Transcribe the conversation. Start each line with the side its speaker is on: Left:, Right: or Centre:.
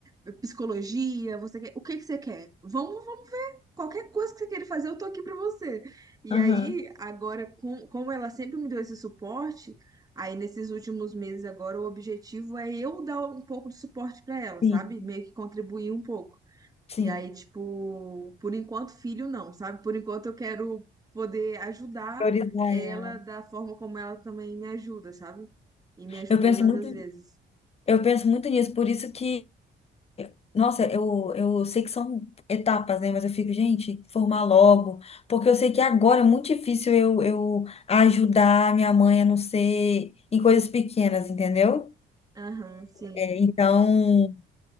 Right: eh, psicologia, você quer, o que que você quer? Vamos, vamos ver. Qualquer coisa que você queira fazer, eu tô aqui pra você. E
Left: aham,
Right: aí, agora, com, como ela sempre me deu esse suporte, aí nesses últimos meses agora o objetivo é eu dar um pouco de suporte pra ela,
Left: sim.
Right: sabe? Meio que contribuir um pouco.
Left: Sim,
Right: E aí, tipo, por enquanto, filho não, sabe? Por enquanto, eu quero poder ajudar
Left: priorizar
Right: ela
Left: ela.
Right: da forma como ela também me ajuda, sabe? E me ajudou
Left: Eu penso
Right: tantas
Left: muito,
Right: vezes.
Left: eu penso muito nisso, por isso que, nossa, eu, eu sei que são etapas, né? Mas eu fico, gente, formar logo, porque eu sei que agora é muito difícil eu, eu ajudar minha mãe a não ser em coisas pequenas, entendeu?
Right: Aham, sim.
Left: É, então,